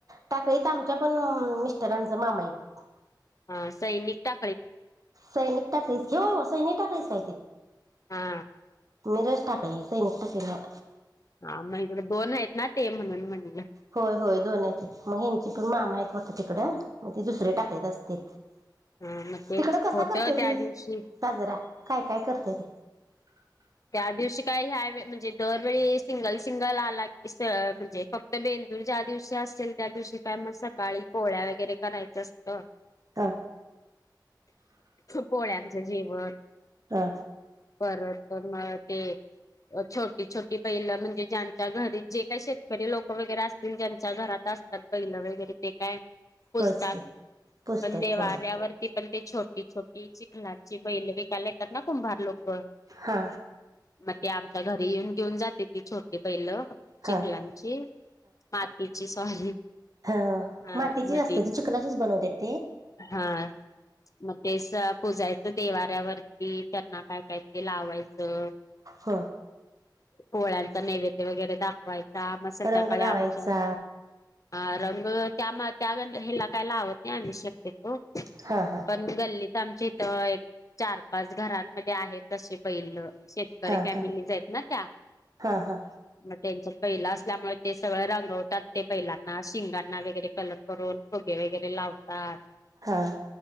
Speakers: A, on the right (about 50°); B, on the left (about 45°).
A: टाकळीत आमच्या पण मिस्टरांचा माम आहेत
B: सैनिक टा
A: सैनिक टाकेस घेऊ सैनिक टाकरेस काय ते
B: हा
A: मीरच टाक सैन त केला.
B: हा मग त बोन आहेत ना ते म्हणून म्हण
A: होय होय दोन मग ह्यांची पण मामा आहेत वात तिकडं मग ते दुसर टाकायत असतील.
B: मग तेच
A: तिकडं कसा
B: होत
A: करते
B: त्या
A: त
B: दिवशी
A: साजरा. काय काय करतेय ते.
B: त्या दिवशी काय ह्या म्हणजे दरवेळी सिंगल सिंगल आला की म्हणजे. फक्त बेंदूर ज्या दिवशी असेल त्या दिवशी काय मग सकाळी पोळ्या वगैरे करायचं असतं.
A: हा.
B: पोळ्यांचं जेवण
A: हा
B: परत. तर मग ते छोटी छोटी बैला म्हणजे ज्यांच्या घरी जे काय शेत. री लोक वगैरे असतील ज्यांच्या घरात असतात बैल वगैरे ते काय. पूजतात
A: होयच की पुजत्यात
B: पण देवाऱ्यावरती
A: होय
B: पण. ते छोटी छोटी चिखलांची बैल विकायला येतात ना कुंभार लोक.
A: हा.
B: मग ते आमच्या घरी येऊन घेऊन जाते ती छोटी बैलं. चिखलांची
A: हा
B: मातीची सॉरी.
A: हा
B: हा
A: मातीचीच
B: मग
A: असते ती चखलाचीच बनवतेेत.
B: हा म्हणजे स. पुुजायचं देवाऱ्यावरती त्यांना काय काय ते लावायचं.
A: ह
B: पोळ्यांचा नैवेद्य वगैरे दाखवायचं. मग संध्याकाळी
A: रंग लावायचा
B: आमच्या. ह रंग त्या त्या हेला काय लावत नाही आ् शक तो.
A: हा हा
B: पण गल्ली तर आमच्या. एक चार पाच घरांमध्ये आहे ते बैल. शेतकरी
A: हा
B: फॅमिली
A: हा
B: आहेत ना त्या
A: हा हा
B: मग त्यांच्या बैला असल्यामुळे ते सगळ रंगवतात ते बैलांना शिंगांना वगैरे कलर करून. होगे वगैरे लावतात.
A: हां.